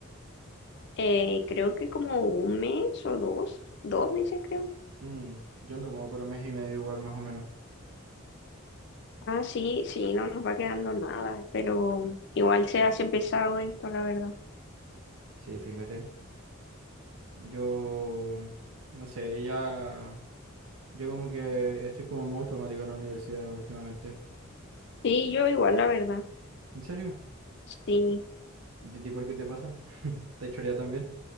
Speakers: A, on the left; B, on the right.
A: eh, creo que como un mes o dos, dos meses creo
B: Mm, yo ando como por un mes y medio igual más o menos.
A: Ah, sí, sí, no nos va quedando nada, pero igual se hace pesado esto, la verdad.
B: Sí, fíjate. Yo, no sé, ya, yo como que estoy como en modo automático en la universidad últimamente.
A: Sí, yo igual, la verdad.
B: ¿En serio?
A: Sí,
B: ¿Y a ti por qué te pasa? <laughs> ¿Te chorea también?